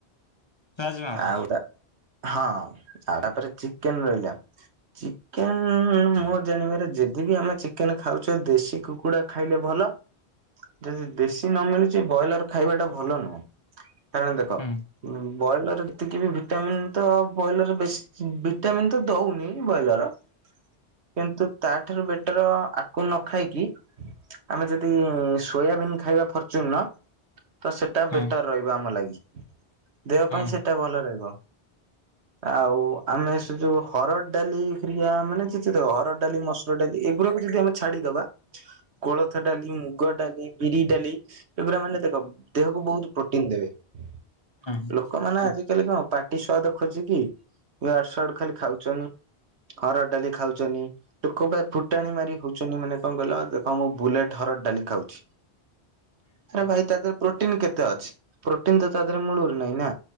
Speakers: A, on the left (about 30°); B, on the right (about 80°).
A: ରାଜମା ହୁଁ
B: ଆଉ ହଁ ଆଉ ତା ପରେ ଚିକେନେ ରହିଲା ଚିକେନେ ମୋ ଜାଣିବାରେ ଯେ ଯେଦିବି ଆମେ ଚିକେନେ ଖାଉଛେ ଦେଶୀ କୁକୁଡ଼ା ଖାଇଲେ ଭଲ। ଯଦି ଦେଶୀ ନମିଳୁଚି ବ୍ରଏଲର ଖାଇବା ଟା ଭଲ ନୁହଁ କାରଣ ଦେଖ
A: ହୁଁ
B: ବ୍ରଏଲର ଯେତିକିବି ଭିଟାମିିନ ତ ବ୍ରଏଲର ବେଶି ଭିଟାମିିନ ତ ଦଉନି। ବଏଲର କିନ୍ତୁ ତା ଠାରୁ ବେଟର ଆକୁ ନଖାଇକି ଆମେ ଯଦି ସୋୟାବିନ୍ ଖାଇବା ଫର୍ଚୁନୁର ତ ସେଇଟା ବେଟର।
A: ହୁଁ ହୁଁ
B: ରହିବ ଆମ ଲାଗି ଦେହ
A: ହୁଁ
B: ପାଇଁ
A: ହୁଁ ହୁଁ
B: ସେଟା ଭଲ ରହିବ। ଆଉ ଆମେ ସେ ଯୋଉ ହରଡ଼ ଡାଲି ଫିଆ ମାନେ ଯେ ସେ ହରଡ଼ ଡାଲି ମସୁର ଡାଲି ଏଗାରାକୁ ଯଦି ଆମେ ଛାଡିଦବା କୋଳଥ ଡାଲି ମୁଗ ଡାଲି ବିରି ଡାଲି ଏଗୁଡା ମାନେ ଦେଖ ଦେହକୁ ବହୁତୁ ପ୍ରୋଟିନି ଦେବେ ଲୋ
A: ହୁଁ
B: ଲୋକମାନେ ଆଜିକାଲି କଣ ପାଟି ସ୍ୱାଆଦ ଖୋଜିକି ଇଆଡୁ ସଆଡୁ ଖାଲି ଖାଉଛ ହରଡ଼ ଡାଲି ଖାଉଚନି। ଲୋକଙ୍କ ଫୁଟାଣି ମାରି କହୁଛନ୍ତି ମାନେ କଣ କହିଲ ମୁଁ ବୁଲେଟ୍ ହରଡ଼ ଡାଲି ଖାଉଛି। ଆରେ ଭାଇ ତା ଦେହରେ ପ୍ରୋଟିନ କେତେ ଅଛି? ପ୍ରୋଟିନ ତ ତା ଦେହରେ ମୁଳରୁ ନାହିଁ ନା